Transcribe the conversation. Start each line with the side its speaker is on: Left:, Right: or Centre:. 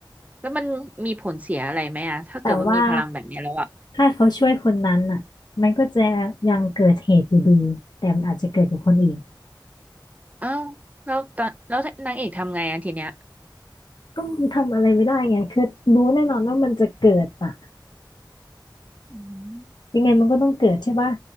Right: แล้วมันมีผลเสียอะไรไหมอะถ้าเกิดว่ามีพลังแบบเนี้ยแล้วอะ
Left: แต่ว่าถ้าเขาช่วยคนนั้นอ่ะมันก็จะยังเกิดเหตุอยู่ดีแต่มันอาจจะเกิดกับคนอื่น
Right: อ้าวแล้วตอนแล้วนางเอกทำไงอะทีเนี้ย
Left: ก็มันทำอะไรไม่ได้ไงคือรู้แน่นอนว่ามันจะเกิดอ่ะ
Right: อืม
Left: ยังไงมันก็ต้องเกิดใช่ป่ะ